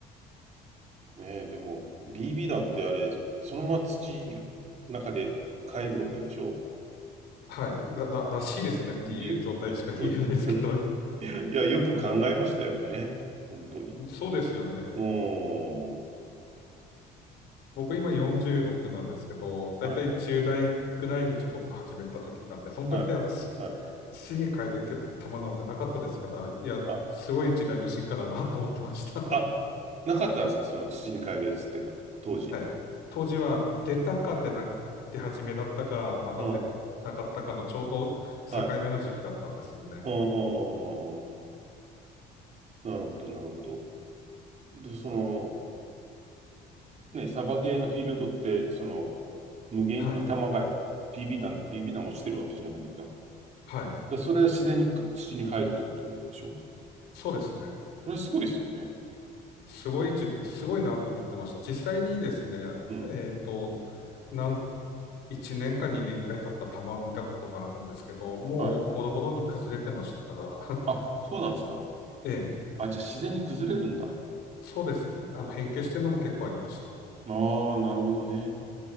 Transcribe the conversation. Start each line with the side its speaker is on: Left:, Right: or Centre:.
Right: ねえ、でも、BB 弾ってあれ、そのまま土の中で帰るわけでしょ
Left: はい。ら、ら、らしいですねっていう状態しか言えないですけど、
Right: ゆ、うう <laughs> いや、よく考えましたよね。本当に。
Left: そうですよね。
Right: うーん。
Left: 僕今46なんですけど、だいたい10代ぐらいにちょこっと始めた時があって、
Right: はい、
Left: その時はつ
Right: はい、はい。
Left: 土に変える手、球なんてなかったですから、いや、
Right: あ、
Left: すごい時代の進化だなと思ってました。
Right: あ、なかったんですかその土に帰るやつっていうのは、当時。
Left: はい。当時は出たか出な、出始めだったか、また出なかったかのちょうど境目の時期だったんですね。
Right: うん、はい。うん、うん、うん、うん。うんなるほど、なるほど。で、その、ね、サバゲーのフィールドって、その、無限に弾が、
Left: はい。
Right: ビービー弾、BB 弾落ちてるわけじゃないですか。
Left: はい。
Right: らそれは自然にく土に帰るということでしょ
Left: そうですね。
Right: それはすごいですよね。
Left: すごいじ、すごいなと思ってました。実際にですね、
Right: うん。
Left: えっと、なん1年か2年ぐらい経った玉を見たことがあるんですけど、もうボロボロに崩れてましたから、
Right: はい。あ、そうなんですか。
Left: <laughs> ええ、
Right: あ、じゃあ自然に崩れるんだ。
Left: そうですね。あの、変形してるのも結構ありました。
Right: ああ、なるほどね。